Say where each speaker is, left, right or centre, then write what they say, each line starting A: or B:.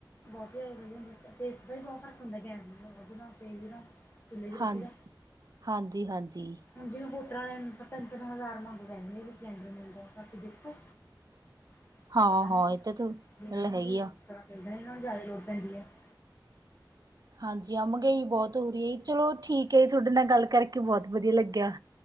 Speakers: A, on the left (about 30°); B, on the right (about 50°).
A: ਬਹੁਤ ਹੀ ਆ ਵਧੀ ਹੁੰ ਤੇਸਟ ਦਾ ਵੀ ਬਹੁਤ ਫਰਕ ਹੁੰਦਾ ਗੈਸ ਉਹਦੇ ਨਾਲ ਤੇ ਨਾਲ ਚੁੱਲ੍ਹੇ ਦੀ ਰੋਟੀ
B: ਹਾਂ
A: ਦਾ
B: ਹਾਂਜੀ ਹਾਂਜੀ
A: ਹੁਣ ਜਿਵੇਂ ਵੋਟਰ ਵਾਲਿਆਂ ਨੂੰ ਤਾਂ ਤਿੰਨ ਤਿੰਨ ਹਜ਼ਾਰ ਮੰਗ ਰਹੇ ਨੇ ਵੀ ਸਿਲੰਡਰ ਮਿਲਦਾ ਕਰਕੇ ਦੇਖੋ
B: <inaudible>
A: <unintelligible>
B: ਹਾਂ ਇਹ ਤਾਂ ਗੱਲ ਹੈਗੀ ਆ। ਹਾਂਜੀ ਆ ਮਹਿੰਗਾਈ ਬਹੁਤ ਹੋ ਰਹੀ ਹੈ ਜੀ ਚਲੋ ਠੀਕ ਹੈ ਜੀ ਤੁਹਾਡੇ ਨਾਲ ਗੱਲ ਕਰਕੇ ਬਹੁਤ ਵਧੀਆ ਲੱਗਿਆ।